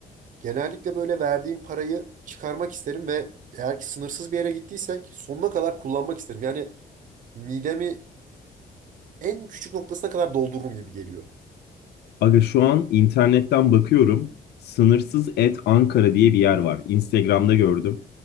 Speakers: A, on the right; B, on the left.
A: Genellikle böyle verdiğim parayı çıkarmak isterim ve eğer ki sınırsız bir yere gittiysek sonuna kadar kullanmak isterim. Yani midemi en küçük noktasına kadar doldururum gibi geliyor.
B: Aga şu an internetten bakıyorum. Sınırsız et Ankara diye bir yer var. Instagram'da gördüm.